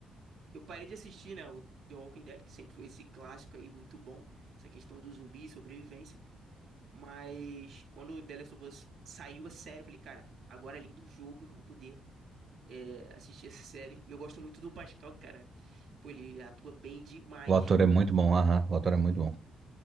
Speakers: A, on the right (about 60°); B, on the right (about 45°).
A: eu parei de assistir, né, o The Walking Dead, que sempre foi esse clássico aí, muito bom, essa questão do zumbi e sobrevivência. Mas quando o The Last of Us saiu a série, eu falei, cara, agora além do jogo, eu vou poder é, assistir <laughs> essa série. E eu gosto muito do Pascal, cara. Pô, ele atua bem demais.
B: O ator é muito bom. Aham. O ator é muito bom.